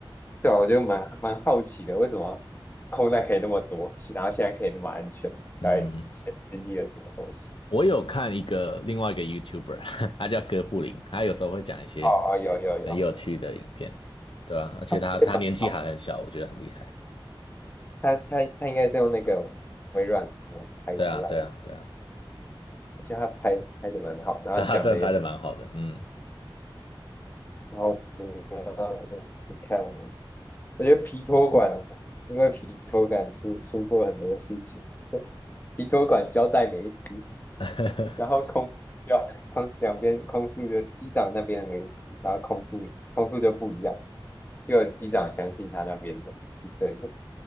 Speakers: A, on the left; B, on the left.
A: 对啊，我就蛮蛮好奇的，为什么空难可以那么多，然后现在可以那么安全？
B: 嗯，
A: 在之前经历了什么东西？
B: 我有看一个另外一个 YouTuber，<laughs> 他叫哥布林，他有时候会讲一些
A: 哦哦，有有有，
B: 很有趣的影片，对啊，而且他他年纪还很小，
A: 它拍的蛮好，
B: 我觉得很厉害。
A: 他他他应该是用那个微软拍出来的，
B: 对啊，对啊，对啊，
A: 我觉得它拍拍的蛮好，然后讲的也，
B: 他他真的拍的蛮好的，嗯。
A: 然后主要就是看，我觉得皮托管，因为皮托管出出过很多事情，<laughs> 皮托管交代没死，
B: <laughs>
A: 然后空就空两边空速的机长那边没死，然后空速空速就不一样，就机长相信他那边的是 <laughs> 对的，